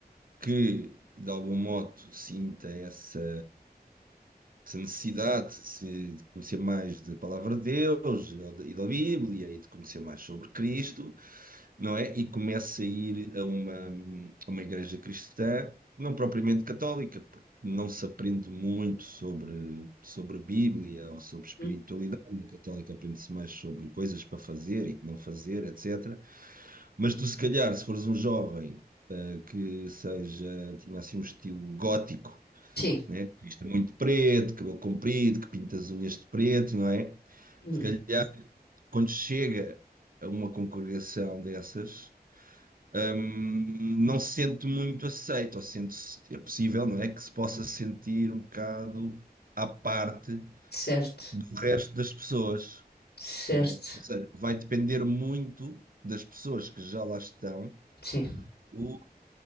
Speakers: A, on the right (about 60°); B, on the left (about 85°).
A: que, de algum modo, sinta essa, essa necessidade se- de conhecer mais da palavra de Deus ou de- e da Bíblia e de conhecer mais sobre Cristo. não é? E começo a ir a uma, a uma igreja cristã, não propriamente católica, porque não se aprende muito sobre, sobre Bíblia ou sobre espiritualidade.
B: Uhum.
A: Na católica aprende-se mais sobre coisas para fazer e que não fazer, etc. Mas tu, se calhar, se fores um jovem eh, que seja, tinha assim um estilo gótico,
B: Sim.
A: né? Vista muito preto, cabelo comprido, que pinta as unhas de preto, não é?
B: Hum,
A: Se calhar, quando chega a uma congregação dessas, hum, não se sente muito aceito, ou sente-se, é possível, não é? Que se possa sentir um bocado à parte
B: certo,
A: do resto das pessoas,
B: certo,
A: não é? Ou seja, vai depender muito das pessoas que já lá estão,
B: sim.
A: o